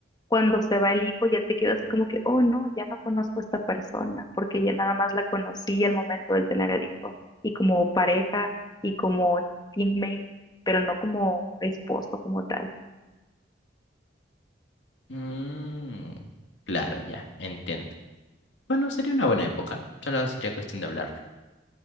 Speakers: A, on the left; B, on the left.
A: cuando se va el hijo ya te quedas así como que, oh no, ya no conozco a esta persona porque ya nada más la conocí al momento de tener el hijo y como pareja y como teammate, pero no como esposo como tal.
B: Mm, claro, ya, entiendo. Bueno, sería una buena época, solo sería cuestión de hablarlo.